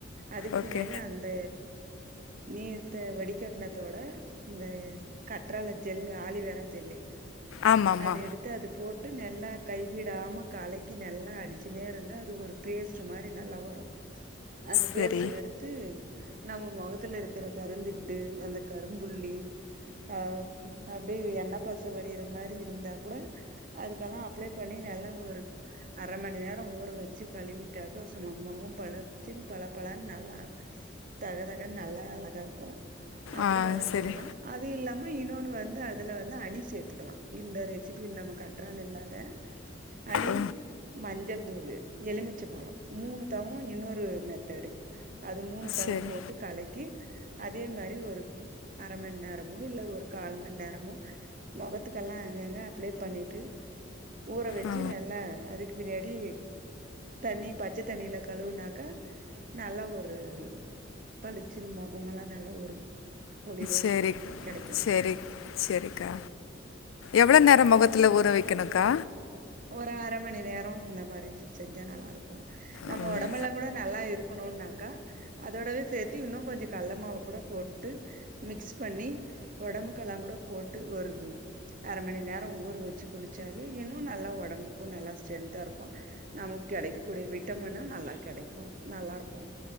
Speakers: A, on the right (about 45°); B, on the left (about 80°).
A: அதுக்கு
B: ஓகே
A: பின்னாடி அந்த இந்த நீர்த வடிகட்டணத்தோட இந்த கற்றால ஜெல்லு ஆலிவேரா ஜல்லு
B: ஆமாம்மா
A: அத எடுத்து அது போட்டு நல்லா கைவிடாம கலக்கி நல்லா அடிச்சுனே இருந்தா அது ஒரு பேஸ்ட் மாரி நல்லா வரு அந்த
B: சரி
A: பேஸ்டு எடுத்து நம்ம மொகத்துல இருக்கிற கருந்திட்டு அந்த கரும்புள்ளி அ அப்படியே எண்ண பச வடியிற மாரி இருந்தா கூட அதுக்கெல்லா அப்ளே பண்ணி நல்லா ஒரு அரை மணி நேரோ ஊற வச்சு கழுவிட்டாக்க சும்மா மோகோ பழச்சுன்னு பழப்பழான்னு நல்லா தக தகன்னு நல்லா அழகா இருக்கு அப்படி
B: ஆ
A: ஒன்னு
B: சரி
A: செய்யலா அது இல்லாம இன்னொன்னு வந்து அதுல வந்து அணி சேர்த்துக்கலா இந்த ரெசிபி இல்லாம கற்றால் இல்லாத அணி
B: ஓ
A: மஞ்சள் தூளு எலுமிச்ச பழோ மூணு தவோ இன்னொரு மெத்தடு அது மூணு தவு
B: சரி
A: போட்டு கலக்கி அதே மாரி ஒரு அர மணி நேரமோ இல்ல ஒரு கால் மணி நேரமோ மொகத்துக்கெல்லா அங்க அங்க அப்ளே பண்ணிட்டு ஊற வெச்சு
B: ஆ
A: நல்லா அதுக்கு பின்னாடி தண்ணி பச்ச தண்ணியில கழுவுனாக்கா நல்லா ஒரு பளிச்சுன்னு மொகமெல்லா நல்ல ஒரு பொளிவா
B: சரி
A: கெடைக்கு
B: சரி சரிக்கா எவ்ளோ நேரம் முகத்தில ஊற வைக்கணுக்கா
A: ஒரு அரை மணி நேரம் இந்த மாரி செஞ்சா நல்லாருக்கு நம்ம
B: ம்,
A: உடம்புல்லா கூட நல்லா இருக்கணுனாக்கா அதோடவே சேத்தி இன்னு கொஞ்சோ கள்ள மாவு கூட போட்டு மிக்ஸ் பண்ணி உடம்புக்கெல்லா கூட போட்டு ஒரு உ அரை மணி நேர ஊற வச்சு குளிச்சாவே இன்னு நல்லா உடம்புக்கு நல்லா ஸ்ட்ரென்தாருக்கு நமக்கு கெடைக்கக்கூடிய விட்டமின்னு நல்லா கெடைக்கு நல்லாருக்கு